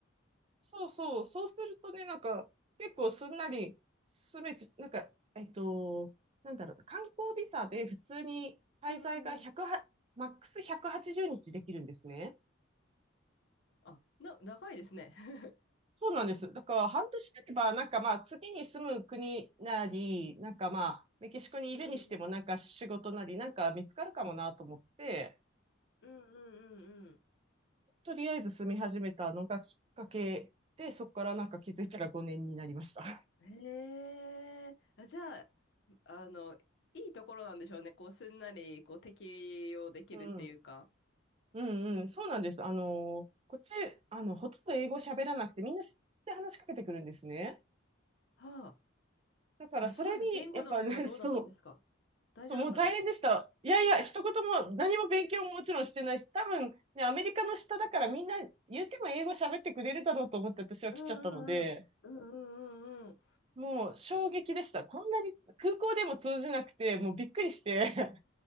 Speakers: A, on the right; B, on the left.
A: <laughs> そうそう、そうするとね、なんか、結構すんなり住めち、なんか、えっと、なんだろうな、観光ビザで普通に滞在が100は、
B: うんうんうん。
A: マックス180日できるんですね。
B: あ、な、長いですね。<laughs>
A: そうなんです。だから半年経てば、なんかまあ次に住む国なり、なんかまあメキシコにいるにしても、
B: うん
A: なんか仕事なり、なんか見つかるかもなと思って、
B: うんうんうん
A: とりあえず住み始めたのがきっかけで、そこからなんか気づいたら5年になりました。
B: うん。へえ。あ、じゃあ、あの、いいところなんでしょうね。こう、すんなり、こう、適用できるっていうか。
A: <laughs> うん。うんうん。そうなんです。あのーこっち、あの、ほとんど英語喋らなくて、みんな知って話しかけてくるんですね。
B: は
A: だから、
B: あ。あ、
A: それに、
B: そうです。言語の面はどうだったんですか大丈夫だったんですか
A: やっぱね、<laughs> そう、もう大変でした。いやいや、一言も、何も勉強ももちろんしてないし、多分、ね、アメリカの下だからみんな言うても英語喋ってくれるだろうと思って私は来ちゃったので、
B: うんうんうん。うんうんうんうん。
A: もう衝撃でした。こんなに空港でも通じなくて、もうびっくりして